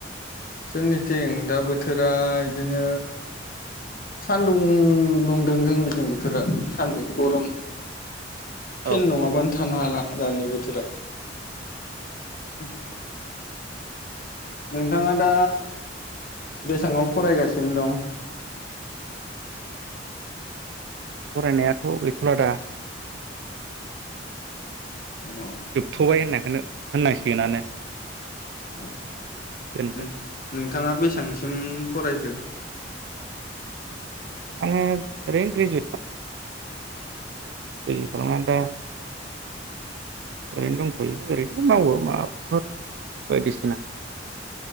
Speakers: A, on the left (about 50°); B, on the right (about 65°).
A: जोंनिथिं दा बोथोरा बिदिनो सानदुं दुंदों जोंनिथिं बोथोरा। सान्दुं गरम फेन
B: औ
A: नङाबानो था थानो हाला दानि बोथोरा। <inaudible> नोंथाङा दा बेसाङाव फरायगासिनो दं?
B: फरायनायाथ गैथला दा?
A: औ
B: जोबथबाय‌ <unintelligible> नो होननांसिगोनानो।
A: उम
B: दोनबाय
A: उम थाङा बेसांसिम फरायखो?
B: आङो ओरैनो ग्रेजुवेट। <unintelligible> दा ओरैनो दंथयो ओरैनो मावो माबाफोर बायदिसिना।